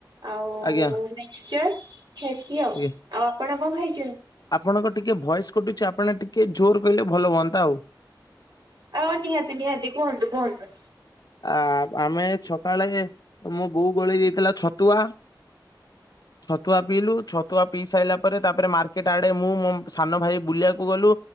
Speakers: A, on the right; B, on the left.
A: ଆଉ
B: ଆଜ୍ଞା
A: ମିକ୍ସଚର ଖାଇଚି ଆଉ।
B: ଆଜ୍ଞା।
A: ଆଉ ଆପଣ କଣ ଖାଇ
B: ଆପଣଙ୍କ ଟିକେ ଭଏସ କଟୁଚି, ଆପଣ ଟିକେ ଜୋର କହିଲେ ଭଲ ହୁଅନ୍ତା ଆଉ।
A: ଆଉ ନିହାତି, ନିହାତି। କୁହନ୍ତୁ, କୁହନ୍ତୁ।
B: ଆ ଆମେ ଛକାଳେ ମୋ ବୋଉ ଗୋଳେଇ ଦେଇଥିଲା ଛତୁଆ
A: ହ
B: ଛତୁଆ ପିଇଲୁ, ଛତୁଆ ପିଇ ସାଇଲା ପରେ ତାପରେ ମାର୍କେଟ ଆଡେ ମୁଁ ମୋ ସାନ ଭାଇ ବୁଲିବାକୁ ଗଲୁ।